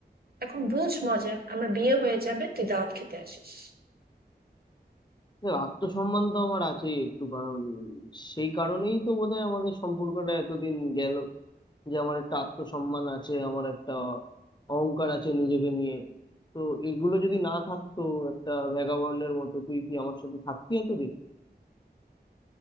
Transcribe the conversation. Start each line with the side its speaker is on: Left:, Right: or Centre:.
Right: এখন বুঝ মজা আমার বিয়ে হয়ে যাবে তুই দাওয়াত খেতে আসিস
Left: দেখো, আত্মসম্মান তো আমার আছেই একটু কারণ সেই কারণেই তো বোধহয় আমাদের সম্পর্কটা এতদিন গেল যে আমার একটা আত্মসম্মান আছে আমার একটা অহংকার আছে নিজেকে নিয়ে তো এগুলো যদি না থাকতো একটা ভ্যাগাবন্ডের মতো তুই কি আমার সাথে থাকতি এতদিন